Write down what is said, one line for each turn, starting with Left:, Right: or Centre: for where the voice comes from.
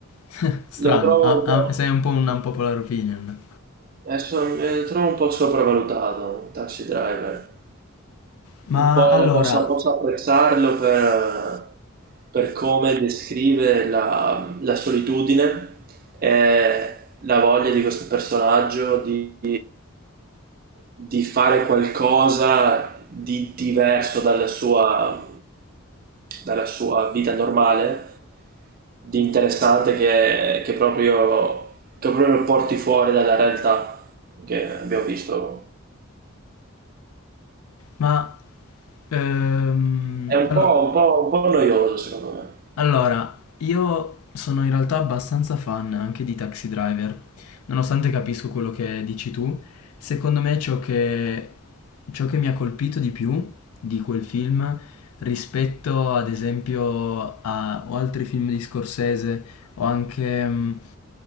Left: <laughs> Strano,
Right: Lo trovo
Left: ah,
Right: un
Left: ah,
Right: po',
Left: sei un po' un unpopular opinion.
Right: eh, so- eh, lo trovo un po' sopravvalutato, Taxi Driver
Left: Ma
Right: un po'
Left: allora,
Right: posso, posso apprezzarlo per, per come descrive la, la solitudine e la voglia di questo personaggio di, di fare qualcosa di diverso dalla sua, dalla sua vita normale, di interessante che, che proprio, che proprio lo porti fuori dalla realtà che abbiamo visto.
Left: ma ehm,
Right: È un
Left: allo-
Right: po', un po', un po' noioso, secondo me.
Left: Allora, io sono in realtà abbastanza fan anche di Taxi Driver, nonostante capisco quello che dici tu. Secondo me ciò che, ciò che mi ha colpito di più di quel film rispetto ad esempio a o altri film di Scorsese o anche mh,